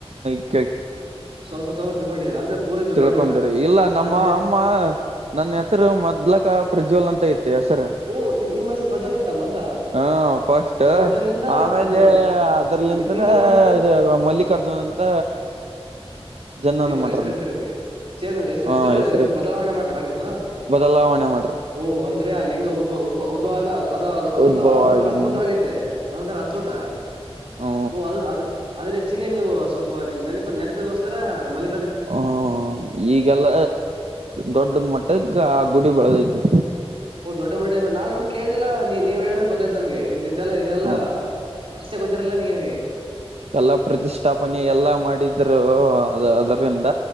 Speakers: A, on the right; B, on the right.
A: <unintelligible>
B: ಸ್ವಲ್ಪ ಸ್ವಲ್ಪ ತಿಳ್ಕೊಂಡಿದ್ರ ಅಂದ್ರೆ ಪೂರ ತಿಳ್ಕೊಂಡಿಲ್ಲ
A: ತಿಳ್ಕೊಂಡ್ರಿ ಇಲ್ಲ ನಮ್ಮ
B: ಅಂದ್ರೆ
A: ಅಮ್ಮ ನನ್ನ ಹೆಸರು ಮದ್ಲಕ್ಕ ಪ್ರಜ್ವಲ್ ಅಂತ ಇತ್ತು ಹೆಸರ
B: ಓ ನಿಮ್ ನಿಮ್ಮ ಹೆಸರು ಪ್ರಜ್ವಲ್ ಇತ್ತ ಮೊದ್ಲ
A: ಹ ಸ್ಟ್
B: ಓ ಪ್ರಜ್ವಲಿಂದ
A: ಆಮೇಲೆ
B: ಅದು
A: ಅದ್ರಲ್ಲಿಂತರ
B: ಲಿ- ಲಿಂಗ ಬಂದ
A: ಮಲ್ಲಿಕಾರ್ಜುನ್ ಅಂತ ಜನನ
B: ಹಿಟ್ರೂ
A: ಮಾಡ್ರ
B: ಹೆಸರ್ ಇಟ್ರೀ
A: ನಂತ
B: ನಿಮಗೆ ಚನ್ ಹೆಸ
A: ಹ
B: ಹೆಸರು
A: ಹೆಸರಿಟ್ರಿ
B: ಇದ ಬದಲಾವಣೆ ಮಾಡ್ರ ನಿಮ
A: ಬದಲಾವಣೆ ಮಾಡ್ರಿ
B: ಓ ಅಂದ್ರೆ ಅಲ್ಲಿ ಹದದ ಉದ್ವಾಗ ಅದ ಅದೊಂದು
A: ಉದ್ಭವ
B: ಅದೊಂಥರ
A: ಆಗಿದೀನಿ
B: ಅದ್ಭುತ ಆಗತ್ತೆ ಅದೊಂತರ ಅದ್ಭುತ
A: ಹ್ಮ
B: ಓ ಅದ ಅದ ಅದ್ರ ಹೆಚ್ಚಿಗೆ ನೀವು ಸ್ವಲ್ಪ ನೆ ಗೋಸ್ಕರ ಮಲ್ಲಿ
A: ಹ ಈಗೆಲ್ಲ ದೊಡ್ಡದ ಮಟ್ಟದ ಆ ಗುಡಿ ಬೆಳೆದೈತಿ
B: ಹೌ ದೊಡ್ಡ ಮಟ್ಟ ನಾಂದ ಕೇಳ್ದಿಲ್ಲಾ ನೀ ನೀವ್ ಹೇಳ್ದ ಗೊತ್ತಾಯ್ತ್ ನಮ್ಗೆ ಇಂತ ಇಂತೆಲ್ಲ ಇದೆಲ್ಲಾ
A: ಹ್ಮ
B: ಆಸ್ತೆ ಗೊರಲ್ಲ ನ ನೀಗೆ ನನ್ಗೆ
A: ಎಲ್ಲ ಪ್ರತಿಷ್ಠಾಪನೆ ಎಲ್ಲಾ ಮಾಡಿದ್ರು ಅದರಿಂದ